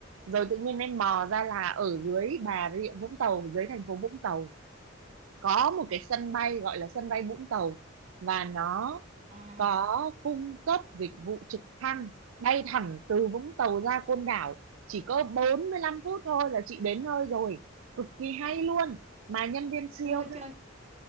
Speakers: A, on the right; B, on the right.
A: rồi tự nhiên em mò ra là ở dưới Bà Rịa Vũng Tàu dưới thành phố Vũng Tàu có một cái sân bay gọi là sân bay Vũng Tàu và nó
B: À,
A: có cung cấp dịch vụ trực thăng bay thẳng từ Vũng Tàu ra Côn Đảo chỉ có 45 phút thôi là chị đến nơi rồi cực kỳ hay luôn mà nhân viên siêu
B: chơi
A: thân-
B: chơi.